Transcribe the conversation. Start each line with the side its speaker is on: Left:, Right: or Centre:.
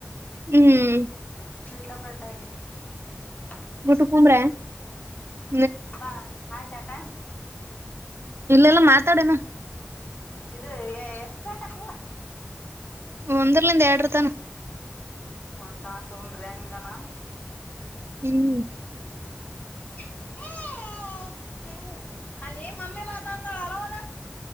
Right: ಹ್ಮ್
Left: <unintelligible> <unintelligible>
Right: <unintelligible>
Left: ಬಾ ಆಯಿತ್ ಆಯಿತ್ ಬಾ
Right: ಇಲ್ಲೆಲ್ಲಾ ಮಾತಾಡೋನಾ
Left: ಇದು ಎಷ್ಟು ಗಂಟೆ ಕೂಡ
Right: ಒಂದರ್ಲಿಂದ ಎರಡಿರ್ ತಾನ
Left: ಒನ್ ತಾಸ ಉಂಡ್ರಿ ಹಂಗ್ನ
Right: ಹ್ಮ್
Left: <unintelligible> ಮಾತಾಡ್ತಾಳೆ ಹಲೋ ಅನ್ನು